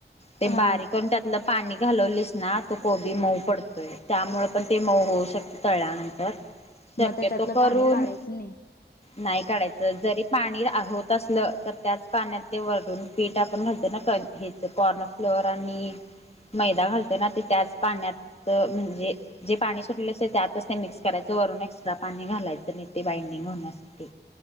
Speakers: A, on the left (about 35°); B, on the left (about 50°).
A: ते
B: हा
A: बारीक त्यातल पाणी घालवलिस - ना तो कोबी मऊ पडतोय त्यामुळे पण ते मऊ होऊ शकत तळल्यानंतर. शक्यतो
B: मग त्याच्यातलं
A: करून
B: पाणी काढायचं नाही.
A: नाही काढायच. जरी पाणी होत असल तर त्याच पाण्यात ते वरून पीठ आपण घालतो ना कणकेच. कॉर्नफ्लोअर आणि मैदा घालत तना ना ते त्याच पाण्यात म्हणजे जे पाणी सुटले असे त्यातच ते मिक्स करायच वरून एक्स्ट्रा पाणी पा घालायचं नाही ते बाइंडिंग होण्यासाठी